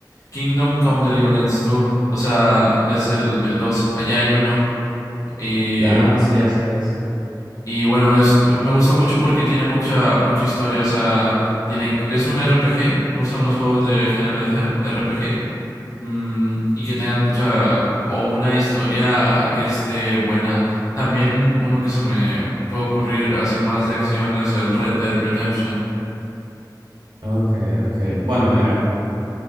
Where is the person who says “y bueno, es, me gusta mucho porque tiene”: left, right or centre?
Left